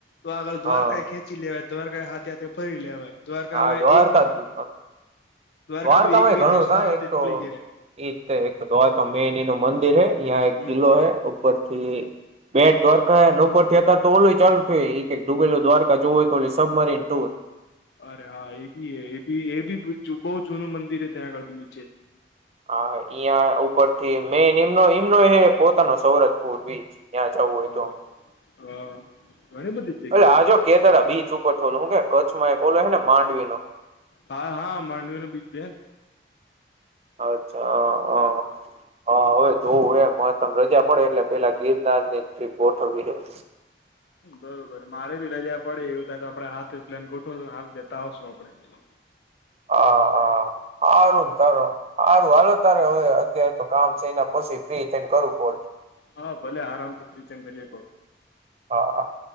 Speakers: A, on the left; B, on the right.
A: તો આગળ
B: હા
A: દ્વારકા ખેંચી લેવાય દ્વારકા હાથે હાથે ફરી લેવાય દ્વારકા
B: હા
A: હવે
B: દ્વારકા
A: એક
B: જ
A: દ્વારકા
B: દ્વારકામાંય
A: બી એક બે
B: ઘણું
A: દિવસ
B: ક
A: આરામથી
B: તો
A: નીકળી જાય
B: એઈ એક તો દ્વારકા મેની નું મંદિર હૈ
A: હમ
B: કિલ્લો હૈ ઉપર થી બેટ દ્વારકા હ ઉપર થયા હતા તો ઓલુંય ચાલુ થ ડુબે દ્વારકા જવ હોય તો ઓ સબમરીન ટુર
A: અરે હા એ બી એ બી એ બી બહ જૂનું મંદિર હ ત્યાં આગળ બી નીચે
B: હા અં ઉપર થી મેમનો હ પોતાનો સૌરતપુર બીચ ત્યાં જવું હોય
A: હા
B: તો
A: હા ઘણી બધી
B: એટ
A: જગ્યા
B: આજો કે ત બીચ ઉપર થોડું હું કે કચ્છમાં ઓલો હ ને માંડવી ન
A: હા હા માંડવી ન બીજ બેન
B: અચ્છા હ હા હા હવે જોવું એમ મહતમ રજા પડે એટલે પેલા ગીરનાર નીથી ગોઠવવી રહ્યો
A: બરોબર મારે ભી રજા પડે એવું થાય તો આપડે હાથ પ્લાન ગોઠો હાથ જતા આવશો આપડે હ
B: હ હા ને તારો સારું હાલો તારે હવે અત્યારે તો કામ થને પછી ફ્રી થઈને કરું કો
A: હા ભલે આરામથી ફિચંગ કરીએ
B: હા હા